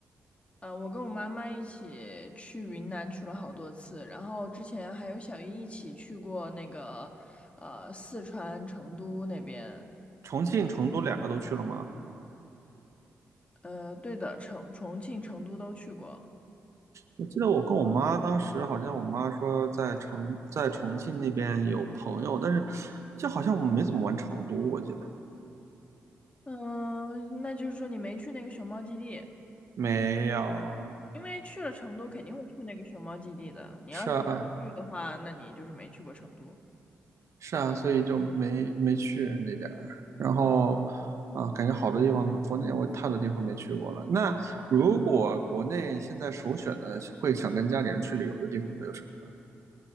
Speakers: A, on the left (about 20°); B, on the right (about 60°).
A: 呃，我跟我妈妈一起去云南去了好多次，然后之前还有小姨一起去过那个，呃，四川成都那边，
B: 重庆、成都两个都去了吗？
A: 呃，对的，成重庆、成都都去过。
B: 我记得我跟我妈当时好像我妈说在成在重庆那边有朋友，但是就好像我们没怎么玩成都，我记得
A: 嗯、那就是说你没去那个熊猫基地，
B: 没有。
A: 因为去了成都肯定会去那个熊猫基地的。你要是没去的话，
B: 是啊，
A: 那你就是没去过成都。
B: 是啊，所以就没没去那边儿。然后啊，感觉好多地方，国内我太多地方没去过了。那如果国内现在首选的会想跟家里人去旅游的地方会有什么呢